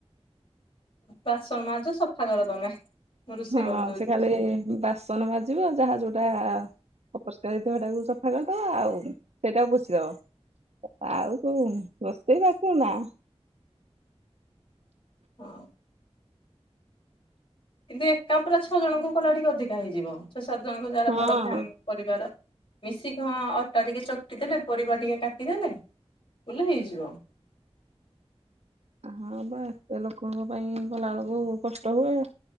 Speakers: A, on the left; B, on the right.
A: ବାସନ ମାଜ ସଫା କର ତମେ ମୁଁ ରୋଷେଇ
B: ହଁ
A: କରିଦଉଛି
B: ସେ ଖାଲି ବାସନ ମାଜିବ ଯାହା ଯୋଉଟା ଅପରିଷ୍କାର ହେଇଥିବ ହେଇଟାକୁ ସଫା କରିଦବ ଆଉ ସେଇଟାକୁ ପୋଛି ଦବ ଆଉ କଉ ରୋଷେଇବାସ ନା
A: ହଁ କିନ୍ତୁ ଏକା ପୁରା ଛଅ ଜଣଙ୍କୁ କଲା ଟିକେ ଅଧିକା ହେଇଯିବ। ଛଅ ସାତ ଜଣଙ୍କୁ ଯାର
B: ହଁ।
A: ବଡ ଫ୍ୟାମ ପରିବାର ମିଶି କଣ ଅଟା ଟିକେ ଚକଟି ଦେଲେ ପରିବା ଟିକେ କାଟିଦେଲେ ବୁଲେ ହେଇଯିବ।
B: ହଁ ବା ଏତେ ଲୋକଙ୍କ ପାଇଁ କଲା ବେଳକୁ କଷ୍ଟ ହୁଏ।